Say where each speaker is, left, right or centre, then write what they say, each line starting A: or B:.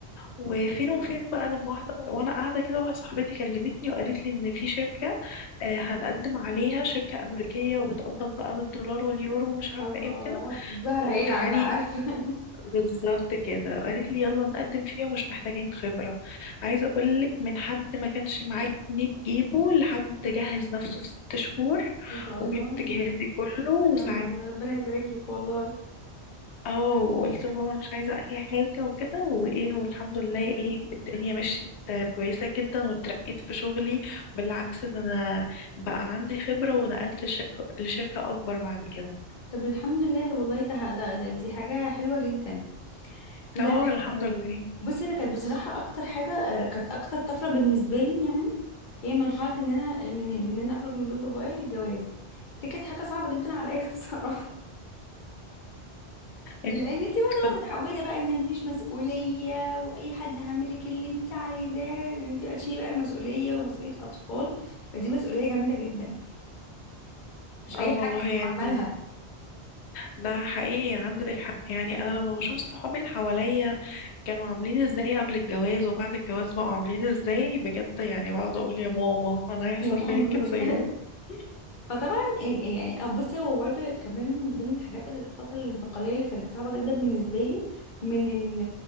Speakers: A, on the left; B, on the left.
A: وفين وفين بقى لما واحدة وانا قاعدة كده واحدة صاحبتي كلمتني وقالت لي ان في شركة آه، هنقدم عليها شركة أمريكية وبتقبض بقى بالدولار واليورو ومش عارفة
B: الله
A: ايه وكده
B: الظهر
A: وتعالي
B: هيلعب بقى عارفه <laughs>
A: بالظبط كده قالت لي يلا نقدم فيها ومش محتاجين خبرة عايزة اقولك من حد ما كانش معاه جنيه تجيبه لحد جهز نفسه في ست شهور
B: ما شاء الله
A: وجبت جهازي كله
B: نعم
A: وساعدت
B: الله ربنا يبارك لك والله
A: اه وقلت بابا مش عايزة اي حاجة وكده وايه والحمد لله ايه الدنيا مشيت كويسة جدا واترقيت في شغلي بالعكس ده انا بقى عندي خبرة ونقلت لشركة لشركة اكبر بعد كده
B: طب الحمد لله طب والله ده ده ده دي حاجة حلوة جدا لا
A: تمام الحمد لله
B: بصي انا كانت بصراحة اكتر حاجة آه، كانت اكتر طفرة بالنسبة لي يعني هي مرحلة ان انا من من ان انا اخرج من بيت بابايا للجواز دي كانت حاجة صعبة جدا عليا <laughs> بصراحة
A: انت
B: لان انت بقى طبعا
A: كنت
B: متعودة بقى ان مفيش مسؤولية واي حد هيعمل لك اللي انت عايزاه ان انت بقى تشيلي بقى المسؤولية ومسؤولية اطفال فدي مسؤولية جامدة جدا مش اي
A: اه
B: حد
A: والله
B: يتحملها
A: يعني ده حقيقي عندك حق يعني انا لما بشوف صحابي اللي حواليا كانوا عاملين ازاي قبل الجواز وبعد الجواز بقوا عاملين ازاي بجد يعني بقعد اقول يا ماما انا هيحصل
B: يا ماما
A: فيا كده زيهم
B: <laughs> فطبعا ال- يعني أو بصي هو برضه كمان من ضمن الحاجات الفترة الانتقالية اللي كانت صعبة جدا بالنسبة لي من ال